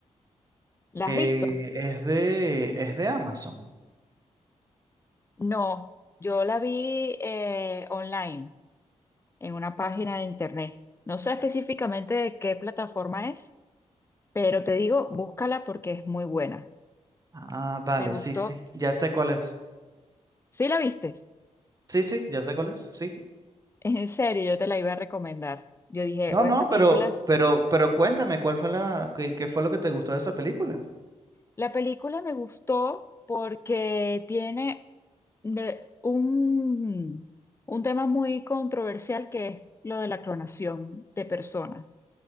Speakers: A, on the left; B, on the right.
A: ¿La
B: Eh,
A: has visto?
B: es de, es de Amazon.
A: No, yo la vi eh, online, en una página de internet. No sé específicamente de qué plataforma es, pero te digo, búscala porque es muy buena.
B: Ah, vale,
A: Me gustó.
B: sí, sí. Ya sé cuál es.
A: ¿Sí la viste? <laughs>
B: Sí, sí, ya sé cuál es. Sí, sí.
A: En serio, yo te la iba a recomendar. Yo dije,
B: No,
A: o
B: no,
A: esta película
B: pero, pero, pero cuéntame, ¿cuál fue la, qué, qué fue lo que te gustó de esa película?
A: La película me gustó porque tiene de- un, un tema muy controversial que es lo de la clonación de personas.